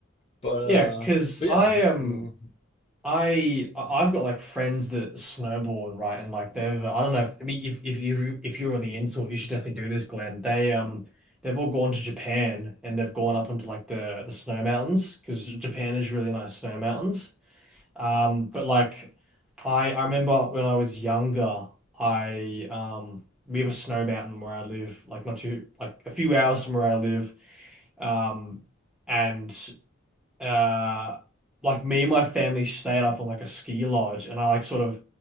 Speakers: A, on the left; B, in the centre.
A: but, uh,
B: Yeah, because
A: but
B: I
A: yeah,
B: am.
A: you know,
B: I I- have got like friends that snowboard, right? And like they've I don't know if I mean if if if you if you're really into it, you should definitely do this, Glenn. They um they've all gone to Japan and they've gone up into like the the snow mountains because Japan is really nice snow mountains. Um, but like I I remember when I was younger, I um we have a snow mountain where I live, like not too like a few hours from where I live. Um, and uh like me and my family stayed up on like a ski lodge and I like sort of